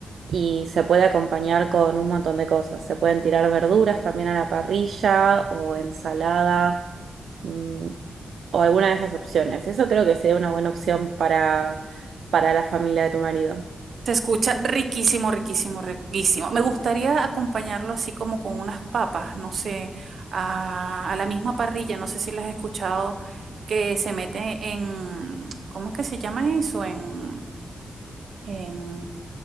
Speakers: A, on the right (about 80°); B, on the right (about 65°).
A: y se puede acompañar con un montón de cosas. Se pueden tirar verduras también a la parrilla o ensalada mm, o alguna de esas opciones. Eso creo que sería una buena opción para, para la familia de tu marido.
B: Se escucha riquísimo, riquísimo, riquísimo. Me gustaría acompañarlo así como con unas papas, no sé, a, a la misma parrilla, no sé si las has escuchado, que se mete en, ¿cómo es que se llama eso? En, en